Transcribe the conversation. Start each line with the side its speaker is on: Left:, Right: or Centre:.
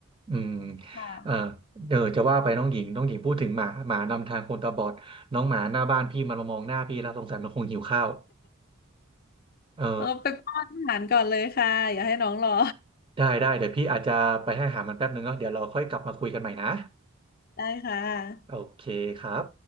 Right: อืม
Left: ค่ะ
Right: เออเดี๋ยวจะว่าไปน้องหญิงน้องหญิงพูดถึงหมาหมานำทางคนตาบอดน้องหมาหน้าบ้านพี่มันมามองหน้าพี่แล้วสงสัยมันคงหิวข้าวเออ
Left: เออไปป้อนอาหารก่อนเลยค่ะ อย่าให้น้องรอ
Right: ได้ได้เดี๋ยวพี่อาจจะไปให้อาหารมันแป๊บนึงเนาะเดี๋ยวเราค่อยกลับมาคุยกันใหม่นะ
Left: ได้ค่ะ
Right: โอเคครับ